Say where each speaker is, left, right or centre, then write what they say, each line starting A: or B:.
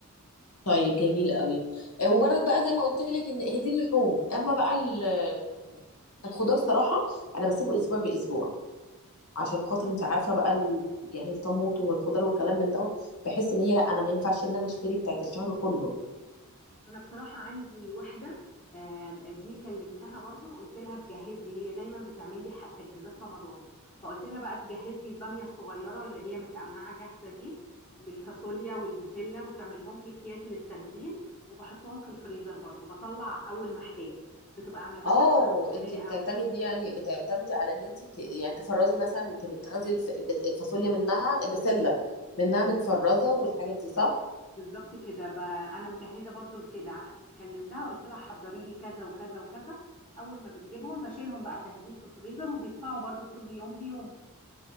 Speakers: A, on the left (about 80°); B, on the left (about 30°).
A: طيب جميل قوي آه، وبرضك بقى زي ما قلت لك ان هي دي اللحوم اما بقى ال- الخضار صراحه انا بسيبه اسبوع باسبوع عشان خاطر انت عارفه بقى ال... يعني الطماطم والخضار والكلام من دوت بحس ان هي لا انا ما ينفعش ان انا اشتري بتاعت الشهر كله
B: انا بصراحه عندي واحده آم، دي كلمتها برضو وقلت لها تجهز لي هي دايما بتعمل لي ح- تجهيزات رمضان فقلت لها بقى تجهز لي الباميه الصغيره اللي هي متقمعه جاهزه دي والفاصوليا والبسله وتعملهم لي اكياس للتخزين وبحطهم في الفريزر برضو بطلع اول ما احتاج بتبقى عاملاهم
A: اه
B: لي وبتسهل عليا
A: انت بتعتمدي
B: قوي
A: يعني بتعتمدي على ان انت ت- يعني تفرزي مثلا انت بتاخدي الف... الفاصوليا منها البسله منها متفرزه والحاجات دي صح
B: بالظبط كده ب- انا مجهزه برضو لكده كلمتها قلت لها حضري لي كذا وكذا وكذا اول ما بتجيبهم بشيلهم بقى جاهزين في الفريزر وبيطلعوا برضو كل يوم بيومه